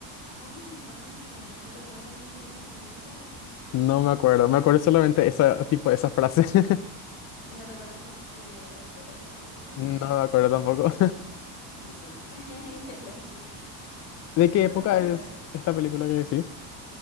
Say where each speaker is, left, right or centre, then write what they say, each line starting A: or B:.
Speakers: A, on the left; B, on the left.
A: Ay, me encanta. Si te acordás el nombre de esa película, decime.
B: No me acuerdo, me acuerdo solamente esa, tipo, esa frase. <laughs>
A: Y no te acordás qué actor estaba ahí o
B: No
A: qué actriz.
B: me acuerdo tampoco.
A: De, <laughs> qué lástima.
B: <laughs> ¿De qué época
A: Pero bueno,
B: es esta película que decís?